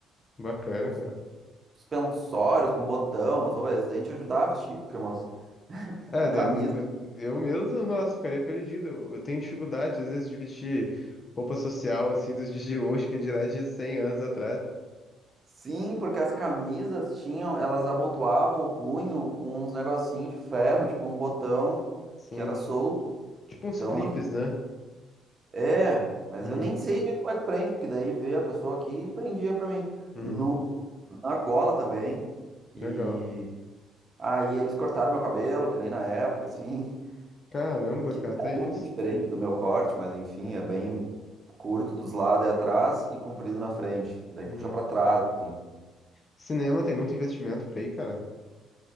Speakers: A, on the left; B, on the right.
A: bacana,
B: Os
A: cara.
B: suspensórios com botão, umas roupas, a gente ajudava a vestir, porque umas.
A: É,
B: A camisa.
A: né, n- eu mesmo, nossa, ficaria perdido. Eu eu tenho dificuldade, às vezes, de vestir roupa social, assim, dos dias de hoje, que dirá de 100 anos atrás.
B: Sim, porque as camisas tinham, elas abotoavam o punho com uns negocinho de ferro, tipo uns botão
A: Sim.
B: que era solto.
A: Tipo uns
B: Então,
A: clipes, né?
B: É, mas
A: Uhum,
B: eu nem sei direito como é que prende, porque daí veio a pessoa aqui e prendia pra mim.
A: uhum.
B: No, na gola também. E
A: Legal.
B: aí eles cortaram meu cabelo, que nem na época, assim. <laughs>
A: Caramba,
B: Que
A: cara, até
B: é
A: isso.
B: muito diferente do meu corte, mas enfim, é bem curto dos lados e atrás e comprido na frente. Daí
A: Uhum.
B: puxa pra trás, assim.
A: Cinema tem muito investimento por aí, cara.